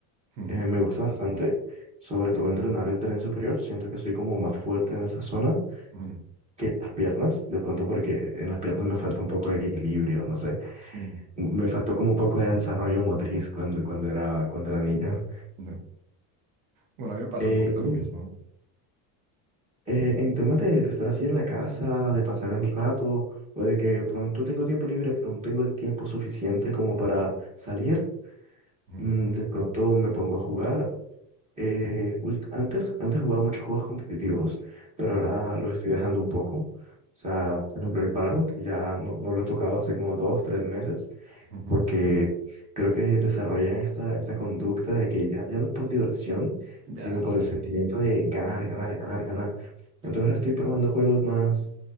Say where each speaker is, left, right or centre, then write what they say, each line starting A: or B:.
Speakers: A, on the right; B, on the right.
A: mm,
B: Eh, me gusta bastante, sobre todo entrenar el tren superior, siento que soy como más fuerte en esa zona
A: mm,
B: que las piernas, de pronto porque en las piernas me falta un poco de equilibrio, no sé,
A: mm,
B: me faltó como un poco de desarrollo motriz cuando, cuando era, cuando era niño.
A: no. Bueno, a mí me pasa
B: Eh,
A: un poquito
B: y bueno,
A: lo mismo.
B: eh, en temas de, de estar así en la casa, de pasar el rato, o de que pronto tengo tiempo libre, pero no tengo el tiempo suficiente como para salir,
A: Mm,
B: mm, de pronto me pongo a jugar. Eh,
A: mm,
B: ult- antes, antes jugaba muchos juegos competitivos, pero
A: mm,
B: ahora los estoy dejando un poco. O sea, por ejemplo, el Valorant ya no, no lo he tocado hace como dos, tres meses.
A: ujú.
B: porque creo que desarrollan esta, esta conducta de que ya, ya no es por diversión,
A: Ya,
B: sino por
A: sí,
B: el sentimiento de ganar, ganar, ganar, ganar. Entonces
A: sí.
B: ahora estoy probando juegos más,